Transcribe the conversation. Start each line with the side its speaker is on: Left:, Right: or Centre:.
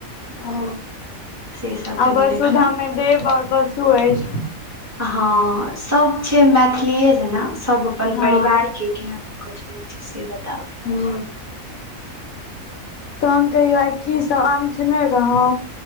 Left: ओ
Right: से सब कनि
Left: आ वसुधामे
Right: देखलहुँ
Left: देव आओर पसु अछि
Right: ह सब छै मैथिलीे जेना सब अपन
Left: हँ
Right: परिवार के केना लो के चलय छै <unintelligible>
Left: हू तहन कहियौ आय की सब आम खेने रहौ